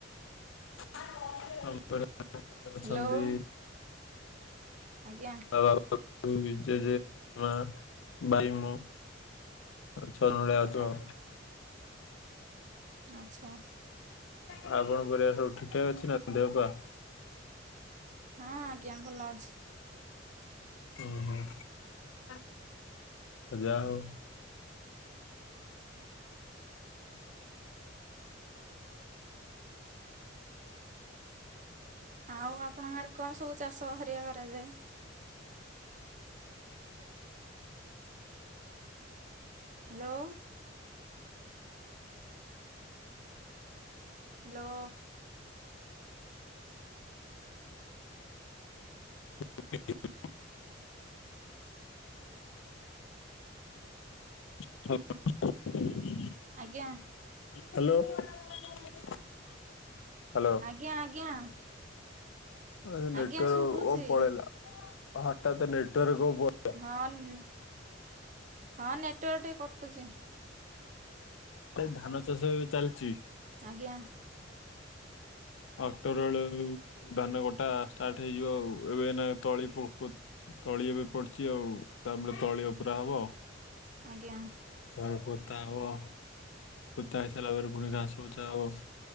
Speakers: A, on the left (about 85°); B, on the right (about 40°).
A: ଆମ ପରିବାରେ ଅଛନ୍ତି
B: ହ୍ୟାଲୋ ଆଜ୍ଞା
A: <unintelligible> ମା ଭାଇ ମୁଁ। <unintelligible>
B: ଓହୋ ଆଛା।
A: ଆଉ <unintelligible> ପରିବାର ସବୁ ଠିକ ଠାକ୍ ଅଛି ନା ଦେହ ପା?
B: ହଁ ଆଜ୍ଞା ଭଲ ଅଛି।
A: ଓ ହ ଆ ଯା ହଉ।
B: ଆଉ ଆପଣଙ୍କ ଆଡେ କଣ ସବୁ ଚାଷ ହେରିକା କରାଯାଏ? ହ୍ୟାଲୋ। ହ୍ୟାଲୋ।
A: <unintelligible> ହ <unintelligible>
B: ଆଜ୍ଞା।
A: ହ୍ୟାଲୋ ହ୍ୟାଲୋ
B: ଆଜ୍ଞା ଆଜ୍ଞା
A: ଅ ନେଟୱାର୍କ
B: ଆଜ୍ଞା ଶୁଭୁଛି।
A: ପଳେଇଲା ହଠାତ ନେଟୱାର୍କ କଣ ପ
B: ହଁ ନି ହଁ ନେଟୱାର୍କ ଟିକେ କଟୁଚି।
A: ଧାନ ଚାଷ ଏବେ ଚାଲିଚି।
B: ଆଜ୍ଞା।
A: ଆକ୍ଟୋବର ବେଳକୁ ଧାନ କଟା ଷ୍ଟାର୍ଟ ହେଇଯିବ ଆଉ। ଏବେ ଏୟିନା ତଳିକୁ ଉ ତଳି ଏବେ ପଡିଚି ଆଉ ତାପରେ ତଳି ଉପୁରା ହବ ଆଉ।
B: ଆଜ୍ଞା।
A: ତାପର ପୋତା ହବ। ପୋତା ହେଇସାରିଲା ପରେ ପୁଣି ଘାସ ଉଚ୍ଚା ହବ।